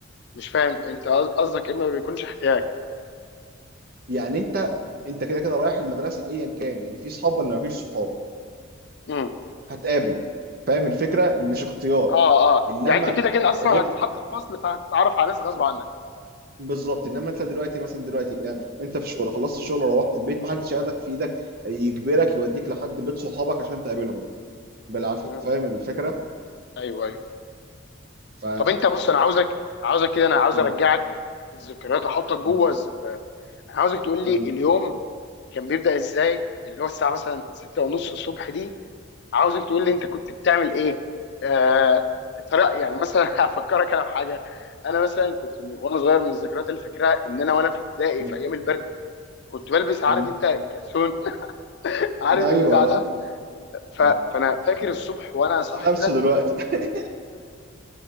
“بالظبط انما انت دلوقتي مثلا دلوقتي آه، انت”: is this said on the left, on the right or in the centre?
Right